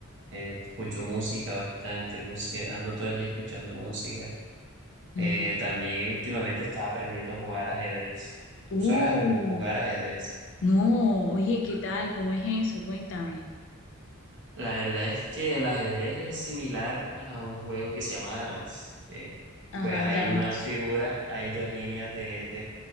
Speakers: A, on the right; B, on the left.
A: eh, escucho música bastante, música, ando todo el día escuchando música.
B: Ujú.
A: Eh, también últimamente estaba aprendiendo a jugar ajedrez. ¿Tú
B: Uh,
A: sabes a ju- jugar ajedrez?
B: no, oye, ¿qué tal? ¿Cómo es eso? Cuéntame.
A: La verdad es que el ajedrez es similar a un juego que se llama damas, que
B: Ajá,
A: pues hay
B: damas.
A: una figura, hay dos líneas de, de,